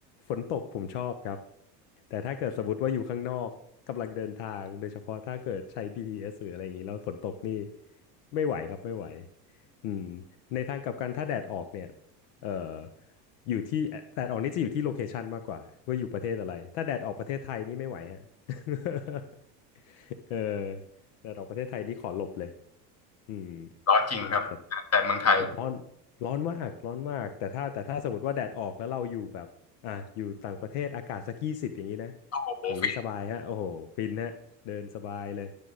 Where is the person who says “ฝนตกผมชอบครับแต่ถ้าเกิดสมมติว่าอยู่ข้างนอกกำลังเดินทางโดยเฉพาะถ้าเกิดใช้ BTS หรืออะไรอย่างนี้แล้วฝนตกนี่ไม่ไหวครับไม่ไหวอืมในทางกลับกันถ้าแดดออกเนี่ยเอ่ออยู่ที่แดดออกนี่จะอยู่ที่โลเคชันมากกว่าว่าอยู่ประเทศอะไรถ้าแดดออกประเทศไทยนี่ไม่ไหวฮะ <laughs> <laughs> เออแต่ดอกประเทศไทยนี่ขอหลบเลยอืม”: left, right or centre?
Left